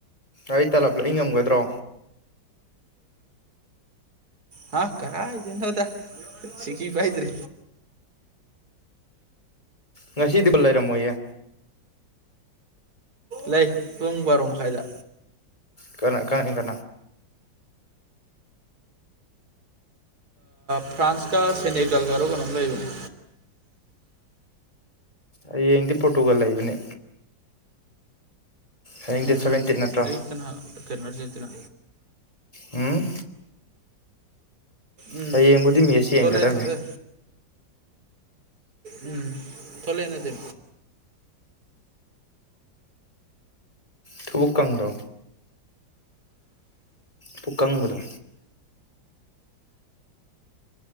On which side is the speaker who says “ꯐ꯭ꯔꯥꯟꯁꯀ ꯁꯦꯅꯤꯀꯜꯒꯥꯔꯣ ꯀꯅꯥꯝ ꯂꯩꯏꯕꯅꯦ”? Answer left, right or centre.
Right